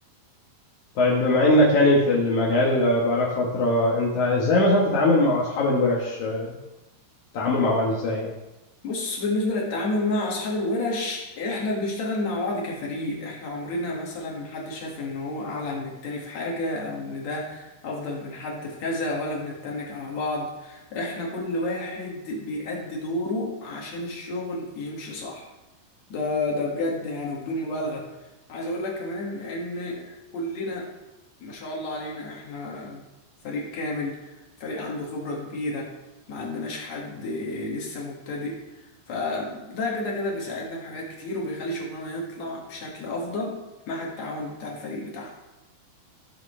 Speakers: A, on the left (about 70°); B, on the left (about 50°).
A: طيب بما انك يعني في المجال آه، بقالك فتره انت ازاي مثلا تتعامل مع اصحاب الورش آه، التعامل مع بعض ازاي
B: بص بالنسبة للتعامل مع أصحاب الورش إحنا بنشتغل مع بعض كفريق إحنا عمرنا مثلا محدش شاف إن هو أعلى من التاني في حاجة أو إن ده أفضل من حد في كذا ولا بنتنك على بعض إحنا كل واحد بيأدي دوره عشان الشغل يمشي صح ده ده بجد يعني بدون مبالغة عايز اقول لك كمان ان كلنا ما شاء الله علينا احنا فريق كامل فريق عنده خبرة كبيرة ما عندناش حد لسه مبتدئ فده كده كده بيساعدنا في حاجات كتير وبيخلي شغلنا يطلع بشكل افضل مع التعاون بتاع الفريق بتاعنا